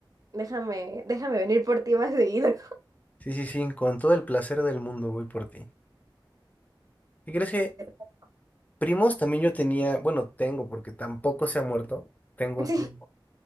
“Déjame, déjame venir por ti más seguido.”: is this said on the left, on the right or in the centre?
Right